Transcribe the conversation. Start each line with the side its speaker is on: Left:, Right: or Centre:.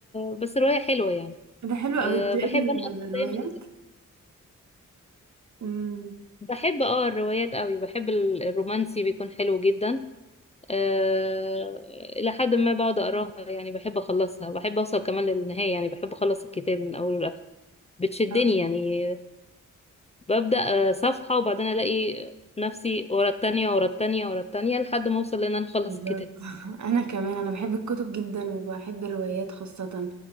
Left: بس رواية حلوة يعني
Right: ده حلو
Left: أه
Right: قوي بتقري
Left: بحب أنا أكتر دايما
Right: روايات مم.
Left: بحب أه الروايات قوي بحب ال- الرومانسي بيكون حلو جدا أه إلى حد ما بقعد أقراها يعني بحب أخلصها بحب أوصل كمان للنهاية يعني بحب أخلص الكتاب من أوله لآخره بتشدني
Right: آه،
Left: يعني ببدأ آه، صفحة وبعدين ألاقي نفسي ورا التانية ورا التانية ورا التانية لحد ما أوصل لأن أنا أخلص
Right: بالظبط
Left: الكتاب
Right: <laughs> انا كمان انا بحب الكتب جدا وبحب الروايات خاصه